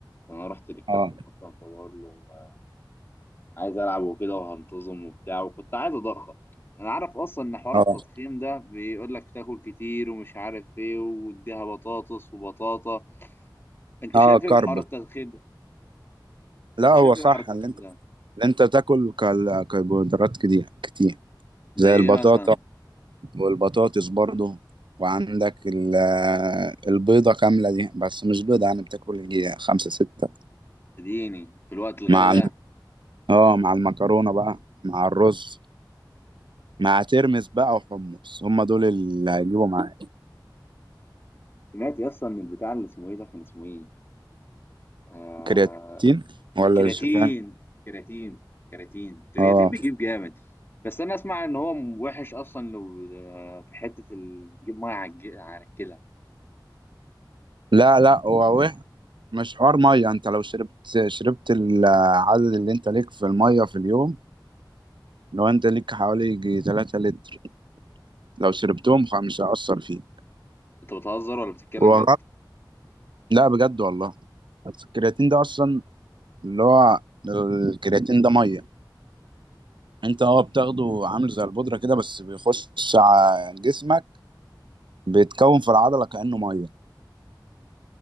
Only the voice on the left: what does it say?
فانا رحت للكابتن
اصلا فبقول له آه، عايز العب وكده وهنتظم وبتاع وكنت عايز اضخم انا عارف اصلا ان حوار
التضخيم ده بيقول لك تاكل كتير ومش عارف ايه واديها بطاطس وبطاطا انت
شايف ايه
بحوار التضخيم ده
انت
شايف
ايه بحوار التضخيم
ده
زي
ايه
مثلا
اديني في الوقت الغلا
ده
سمعت يا اسطى ان البتاع اللي اسمه ايه ده كان اسمه ايه آه...
الكرياتين
كرياتين كرياتين الكرياتين
بيجيب جامد بس انا اسمع ان هو وحش اصلا لو آه، في حته ال- بيجيب ميه على الج- على الكلى
انت بتهزر ولا بتتكلم
جد